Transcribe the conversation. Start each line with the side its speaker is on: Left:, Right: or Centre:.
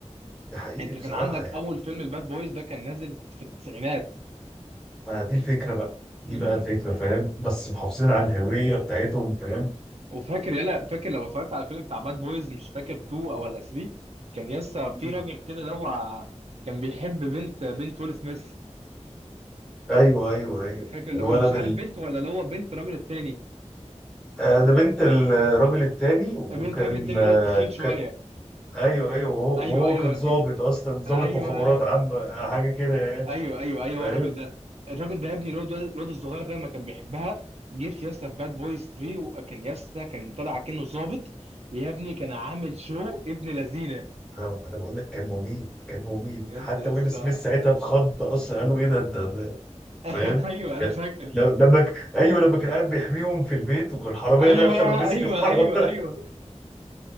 Centre: ده حقيقي
Right: انت
Centre: بصراحه
Right: كان عندك
Centre: يعني
Right: اول فيلم الباد بويز ده كان نازل في التسعينات
Centre: ما دي الفكره بقى دي
Right: مم.
Centre: بقى الفكره فاهم بس محافظين على الهويه بتاعتهم فاهم
Right: وفاكر يلا فاكر لو اتفرجت على فيلم بتاع باد بويز مش فاكر 2 او ولا 3 كان يسا
Centre: مم.
Right: في راجل كده اللي هو كان بيحب بنت بنت ويل سميث
Centre: ايوه ايوه ايوه
Right: فاكر اللي
Centre: الولد
Right: هو مش عارف بنت ولا اللي هو بنت الراجل التاني
Centre: آه، ده بنت الراجل التاني وكان
Right: بنت الراجل التاني
Centre: آه،
Right: اللي هو التخين
Centre: ك...
Right: شويه
Centre: ايوه ايوه وهو,
Right: ايوه
Centre: وهو
Right: ايوه
Centre: كان ضابط
Right: فك...
Centre: اصلا ضابط
Right: ايوه
Centre: مخابرات عامه حاجه كده يعني
Right: ايوه ايوه ايوه
Centre: فاهم
Right: هو الراجل ده الراجل ده يا ابني الواد الواد الصغير ده ما كان بيحبها جه في ياسا في باد بويز 3 وكان ياسا كان طالع كأنه ظابط يا ابني كان عامل شو ابن لذينه
Centre: انا أنا بقول لك كان مميت كان مميت
Right: بجد
Centre: حتى
Right: ياسا
Centre: ويل سميث ساعتها اتخض اصلا قالوا ايه ده انت ده-
Right: <laughs>
Centre: فاهم
Right: ايوه انا فاكر
Centre: ل- لما ك... ايوه لما كان قاعد بيحميهم في البيت والحراميه
Right: ايوه
Centre: دخل ومسك
Right: ايوه
Centre: الحراميه
Right: ايوه ايوه